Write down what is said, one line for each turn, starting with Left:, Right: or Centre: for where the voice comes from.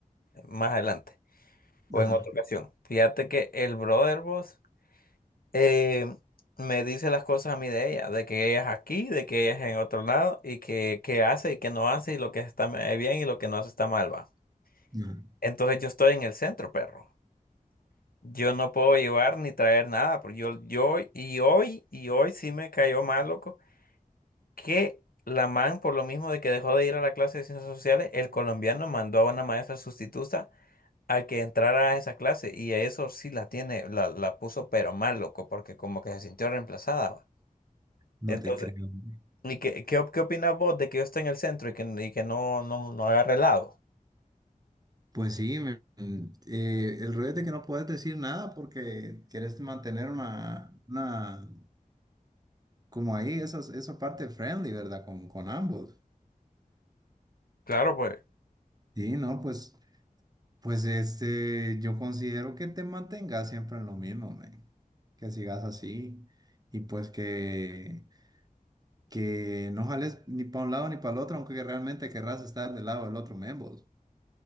Left: más adelante, o
Right: Ajá.
Left: en otra ocasión. Fíjate que el brother vos eh, me dice las cosas a mí de ella, de que ella es aquí, de que ella es en otro lado y que, que hace y que no hace y lo que está bien y lo que no hace está mal, va.
Right: No,
Left: Entonces yo estoy en el centro, perro. Yo no puedo llevar ni traer nada, porque yo, yo, y hoy, y hoy sí me cayó mal, loco, que la man, por lo mismo de que dejó de ir a la clase de ciencias sociales, el colombiano mandó a una maestra sustituta a que entrara a esa clase y a eso sí la tiene, la, la puso pero mal, loco, porque como que se sintió reemplazada. va.
Right: no
Left: Entonces,
Right: te creo. güey.
Left: ¿Y qué, qué, op- qué opinas vos de que yo esté en el centro y que, y que no, no, no agarre helado?
Right: Pues sí, me- mm, eh, el rollo es de que no puedes decir nada porque quieres mantener una una, como ahí, eso, es- eso parte friendly, ¿verdad? Con, con ambos.
Left: Claro, pues.
Right: Sí, no, pues, pues este, yo considero que te mantengas siempre en lo mismo, man. Que sigas así y pues que, que no jales ni para un lado ni para el otro, aunque realmente querrás estar del lado del otro, men, vos.